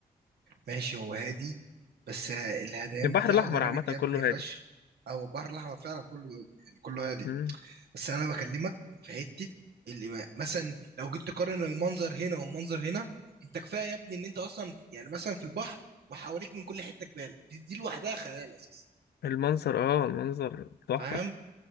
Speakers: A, on the right; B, on the left.
A: ماشي هو هادي بس ه- الهديان
B: البحر
A: بتاعه
B: الاحمر
A: ده جامد
B: عامه
A: يا ابني
B: كله
A: فشخ
B: هادي
A: او البحر الاحمر فعلا كله يعني كله هادي
B: مم.
A: بس انا بكلمك في حته الإماء مثلا لو جيت تقارن المنظر هنا والمنظر هنا انت كفايه يا ابني ان انت اصلا يعني مثلا في البحر وحواليك من كل حته جبال دي, دي لوحدها خيال اساسا
B: المنظر اه المنظر تحفه
A: فاهم